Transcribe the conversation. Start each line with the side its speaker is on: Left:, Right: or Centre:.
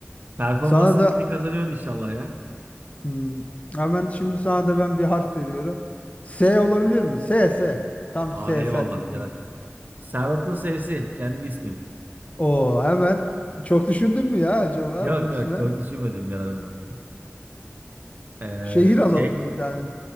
Right: Performansını
Left: Sana da
Right: geri kazanıyorsun inşallah ya.
Left: hmm, hemen şimdi sana da ben bir harf veriyorum. S olabilir mi? S S. Tam
Right: Aa
Left: S
Right: eyvallah
Left: senlik
Right: birader.
Left: mi
Right: Serhat'ın sevsi. Kendi ismim.
Left: Oo hemen çok düşündün mü ya acaba
Right: Yok
Left: bu isme?
Right: yok çok düşünmedim birader ona. Ee,
Left: Şehir alalım
Right: şey
Left: bir tane.